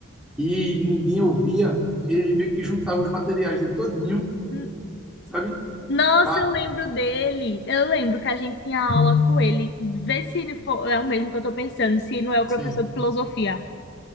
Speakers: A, in the centre; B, on the left.
A: e ninguém ouvia, ele meio que juntava os materiais dele todinho,
B: N-
A: sabe?
B: Nossa,
A: Pá,
B: eu lembro dele. Eu lembro que a gente tinha aula com ele. Vê se ele for, é o mesmo que eu tô pensando, se não é o
A: sim.
B: professor de filosofia.